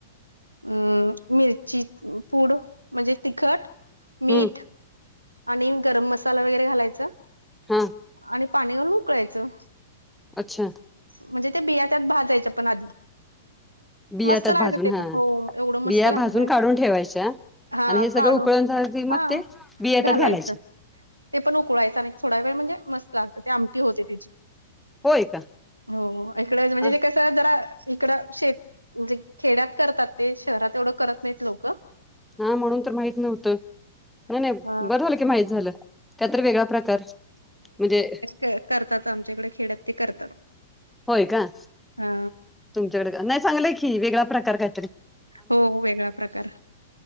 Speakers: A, on the right (about 85°); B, in the centre.
A: अम् मिरची पूड, म्हणजे तिखट, मीठ.
B: हम्म
A: आणि गरम मसाला वगैरे घालायच.
B: हं.
A: आणि पाणी घालून उकळायचं.
B: अच्छा.
A: म्हणजे ते बिया त्यात भाजायच्या, पण आधी.
B: बिया
A: मस्त
B: त्यात
A: लागत
B: भाजून
A: ते
B: हा
A: पण, हो एवढं मस्त
B: बिया
A: लागतय.
B: भाजून काढून ठेवायच्या
A: हां
B: आणि हे सगळं
A: काढून,
B: उकळून झालं की
A: हां.
B: मग ते बिया त्यात
A: घालायचं,
B: घालायचे
A: ते पण उकळावायचं आणि थोडा वेळ, म्हणजे मस्त लागत, ते आमटी होते, त्याची.
B: होय का
A: हो इकडच, म्हणजे
B: अ,
A: ते कस, जरा इकडं शे म्हणजे खेड्यात करतात, ते शहरात एवढं करत नाहीत, लोकं.
B: हं, म्हणून तर माहित नव्हतं. नही नही,
A: अ
B: बरं झालं की माहित झालं, कायतरी वेगळा प्रकार, म्हणजे
A: क-करतात आमच्याकडे, खेड्यात ते करतात.
B: होय का,
A: अ
B: तुमच्याकड, नाही चांगलंय की, वेगळा प्रकार का
A: हो, वेगळा प्रकार.